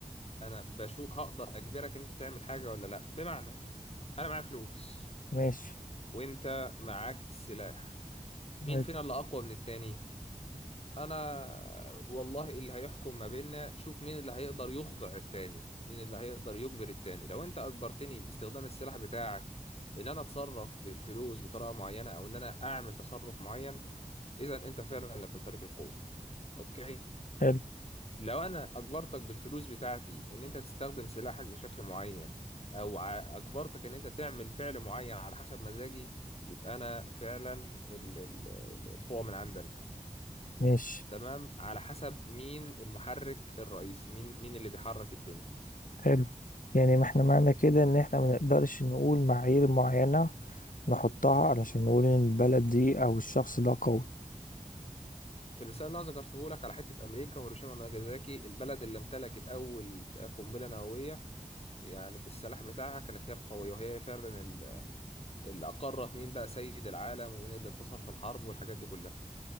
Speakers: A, on the left; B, on the left.
A: انا بشوف هقدر اجبرك انت تعمل حاجة ولا لا بمعنى انا معايا فلوس
B: ماشي
A: وانت معاك سلاح مين
B: حلو
A: فينا اللي اقوى من التاني انا والله اللي هيحكم ما بيننا شوف مين اللي هيقدر يخضع التاني مين اللي هيقدر يجبر التاني لو انت اجبرتني باستخدام السلاح بتاعك ان انا اتصرف بالفلوس بطريقة معينة او ان انا اعمل تصرف معين اذا انت فعلا اللي بتمتلك القوة اوكي
B: حلو
A: لو انا اجبرتك بالفلوس بتاعتي ان انت تستخدم سلاحك بشكل معين او ع- اجبرتك ان انت تعمل فعل معين على حسب مزاجي يبقى انا فعلا ال- ال- القوة من عندنا
B: ماشي
A: تمام على حسب مين المحرك الرئيسي مين مين اللي بيحرك الدنيا
B: حلو يعني ما احنا معنى كده ان احنا ما نقدرش نقول معايير معينة نحطها علشان نقول ان البلد دي او الشخص ده قوي
A: في المثال اللي انا ذكرته لك على حته امريكا وهيروشيما وناجازاكي البلد اللي امتلكت اول قنبله نوويه يعني في السلاح بتاعها كانت هي القويه وهي فعلا ال- اللي اقرت مين بقى سيد العالم ومين اللي انتصر في الحرب والحاجات دي كلها